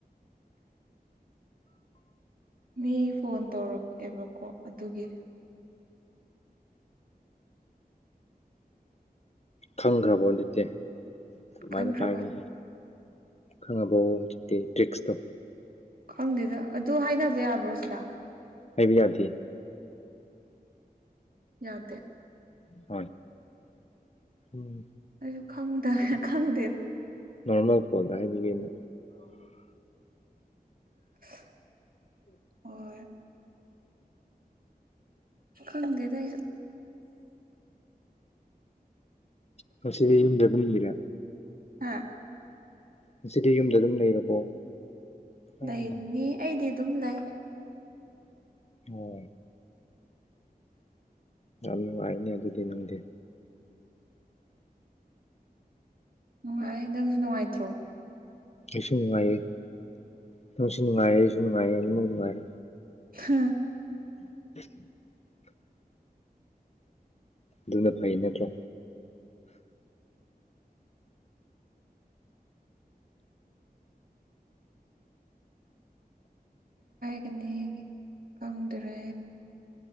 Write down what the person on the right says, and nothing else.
<unintelligible> <inaudible> ꯃꯤ ꯐꯣꯟ ꯇꯧꯔꯛꯑꯦꯕꯀꯣ ꯑꯗꯨꯒꯤ
ꯈꯪꯈ꯭ꯔꯕ
ꯈꯪꯗꯦꯗ ꯑꯗꯨ ꯍꯥꯏꯅꯕ ꯌꯥꯕ꯭ꯔꯣ ꯁꯤꯗ
ꯌꯥꯗꯦ
ꯑꯩꯁꯨ ꯈꯪꯗ ꯈꯪꯗꯦ
<unintelligible> <inaudible> ꯍꯣꯏ ꯈꯪꯗ ꯇ
ꯍꯥ
ꯂꯩꯅꯤ ꯑꯩꯗꯤ ꯑꯗꯨꯝ ꯂꯩ
ꯅꯨꯡꯉꯥꯏ ꯅꯪꯁꯨ ꯅꯨꯡꯉꯥꯏꯇ꯭ꯔꯣ
ꯍꯥꯥ
ꯑꯦꯅꯤ ꯀꯪꯗ꯭ꯔꯦ